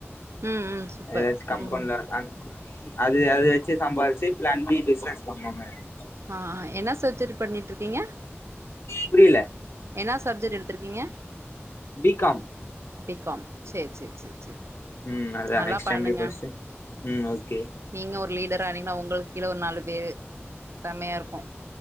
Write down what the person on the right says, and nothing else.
ம் ம் சூப்பர்
ம்
ஆ ஆ என்ன சர்ஜரி பண்ணிட்டுருக்கீங்க
என்னா சப்ஜெக்ட் எடுத்துருக்கீங்க
பி காம் சேரி சேரி சேரி சேரி
நல்லா
பண்ணுங்க
நீங்க ஒரு லீடரா ஆனீங்கன்னா ஒங்களுக்கு கீழ ஒரு நாலு பேரு செம்மையா இருக்கு